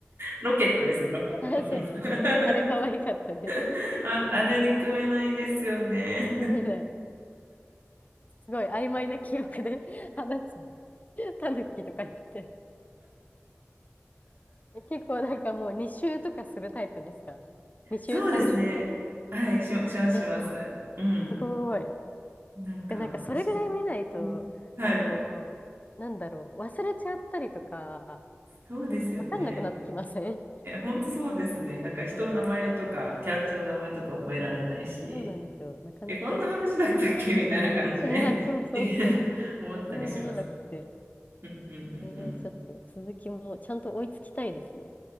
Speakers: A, on the right; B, on the left.
A: ロケットですね、ロケット。
B: <laughs> あ、そうあれ可愛かったです。
A: <laughs> あ、あれ憎めないですよね。
B: 憎めない。すごい曖昧な記憶で <laughs> 話す。タヌキとか言って。結構なんかもう2周とかするタイプですか ?2 周、
A: そうですね。
B: 3周とか。
A: はい、し、しますします。
B: えー
A: うん。
B: すごい。
A: なんか面白い。
B: や、なんかそれぐらい見ないと、
A: うんはい、
B: あの、なんだろう、忘れちゃったりとか、
A: そうですよね。
B: わかんなくなってきません
A: いや、本当そうですね。なんか人の名前とか、
B: <laughs>
A: キャラクターの名前とか覚えられないし、
B: そうなんですよ。なかなか。
A: え、こんな話だったっけみたいな感じで
B: <laughs> いや、そうそうそう。
A: <laughs> 思ったりしますよね。
B: 覚えられなくて。
A: うんうんうんうん。
B: えー、ちょっと続きもちゃんと追いつきたいですね。